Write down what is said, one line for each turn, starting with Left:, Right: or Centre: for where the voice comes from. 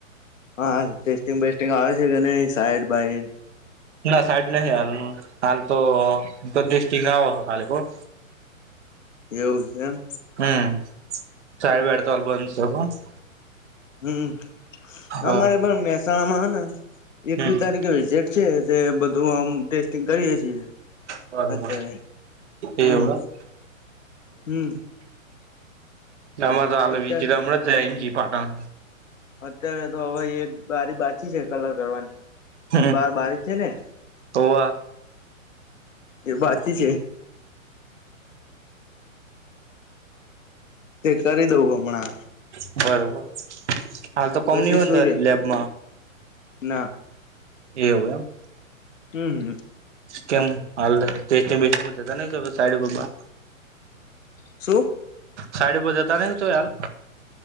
Left: હા ટેસ્ટિંગ બેેસ્ટિંગ આવે છે કે નઈ સાઈડ બાઈડ
Right: ના સાઈડ નહી હાલ હાલ તો દિસ્ટ ગાવ હતો કાલે <unintelligible> <inaudible>
Left: એવું છે એમ
Right: હમ સાઇડ બીડ તો બંધ સ
Left: હમ
Right: હા
Left: અમારે પણ મહેસાણા માં હ ને એકવીસ
Right: હમ
Left: તારીખે વિેટ છે તે બધું આમ ટેસ્ટિંગ કરીએે છીએ
Right: બરોબર
Left: અત્યારે હમ
Right: એવું હે
Left: હમ
Right: નામા તો આાલ
Left: અત્યારે
Right: વિજરામ જ એમજી પાટણ
Left: અત્યારે તો હવે એક બારી બાચી છે કલર કરવાની
Right: હમ
Left: બાર બારી છે ને
Right: હોવે
Left: એ વાતથી છે તે કરી દઉં હમણાં
Right: બરોબર હાલ તો કોમ
Left: પસી
Right: ની હોય
Left: શું
Right: ને
Left: રે
Right: લેબમાં
Left: ના.
Right: એવું એમ?
Left: અમ હમ્મ.
Right: કેમ હટેસ્ટ બેસ્ટ જતા ન સાઈડ બ્બા
Left: સું
Right: સાઈડી પર જતા <unintelligible>